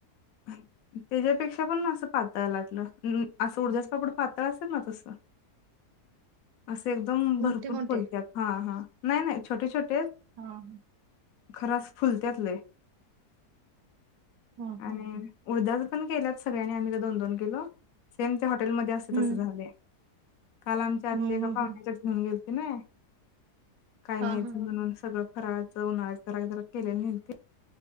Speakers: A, on the left; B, on the right.
A: त्याच्यापेक्षा पण ना असं पातळ लाटलं असं उडदापापड पातळ असेल ना तस असे एकदम
B: मोठे
A: भरपूर
B: मोठे
A: खोलत्यात हा हा नाही नाही छोटे छोटे
B: हम ह
A: खर फुलत्यातले
B: हा
A: आणि
B: हा
A: उडदाच केल्यात सगळी आम्ही दोन दोन किलो सेम हॉटेलमध्ये असते
B: हम्म
A: तस झाले काल आमच्या
B: हम्म
A: एका
B: हम्म
A: पाहुण्यांच्यात
B: हम्म
A: घेऊन गेलतो त नाही काय
B: हा
A: न्यायचं
B: हा
A: म्हणून सगळं फराळाचं उन्हाळ जरा जरा केलेली नाही ते